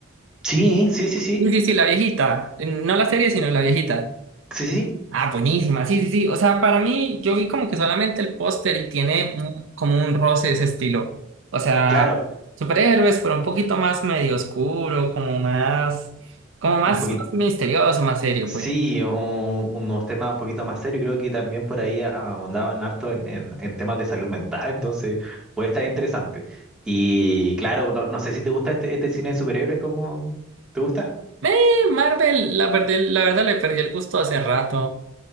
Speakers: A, in the centre; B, on the right (about 65°).
A: Sí, sí, sí, sí,
B: Sí, sí, sí, la viejita. eh, No la serie, sino la viejita.
A: sí, sí, sí,
B: Ah, buenísima, sí, sí, sí. O sea, para mí, yo vi como que solamente el póster y tiene un- como un roce de ese estilo. O sea,
A: claro,
B: superhéroes, pero un poquito más medio oscuro, como más, como más,
A: un poquito,
B: más misterioso, más serio,
A: sí,
B: pues.
A: un- unos temas un poquito más serios, creo que también por ahí ahondaban harto en, en, en temas de salud mental, entonces puede estar interesante. Y claro, no, no sé si te gusta este, este cine de superhéroes, cómo te gusta?
B: Eh, Marvel, la, perdí- la verdad le perdí el gusto hace rato.